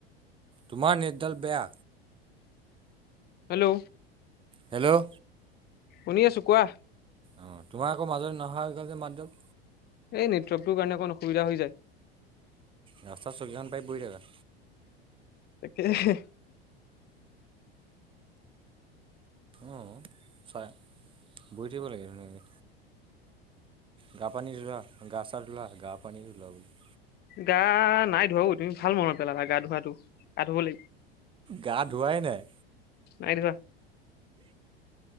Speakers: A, on the right; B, on the left.
A: তোমাৰ নেট ডাল বেয়া।
B: হেল্ল'
A: হেল্ল'
B: শুনি আছোঁ কোৱা?
A: অ' তোমাৰ আকৌ মাজতে নহা হৈ গ'ল যে মাতডাল।
B: এই নেটৱৰ্কটো কাৰণে অকণ অসুবিধা হৈ যায়।
A: ৰাস্তাত চকীখন পাৰি বহি থাকা।
B: তাকেহে।
A: অ' চাই বহি থাকিব লাগে ধুনীয়াকে। গা পানী <unintelligible> গা চা ধুলা গা পানী <unintelligible>
B: গা নাই ধোৱা অ' তুমি ভাল মনত পেলালা গা ধোৱাটো গা ধুব লাগিব।
A: গা ধোৱাই নাই?
B: নাই ধোৱা।